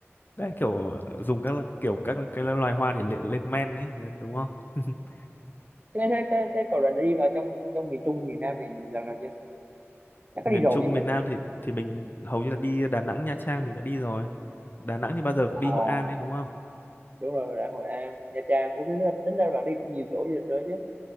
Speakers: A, on the left; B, on the right.
A: đấy kiểu dùng các loại- kiểu các cái loài hoa để lên lên men ấy đấy đúng không <laughs>
B: thế thế thế, thế cậu đã đi vào trong trong miền Trung miền Nam mình lần nào chưa chắc có
A: miền
B: đi rồi
A: Trung
B: chứ nhỉ
A: miền Nam thì thì mình hầu như là đi Đà Nẵng Nha Trang mình đã đi rồi Đà Nẵng thì bao giờ cũng đi
B: à,
A: Hội An đấy đúng không
B: đúng rồi đã Hội An Nha Trang cũng tính ra, tính ra bạn đi cũng nhiều chỗ du lịch rồi chứ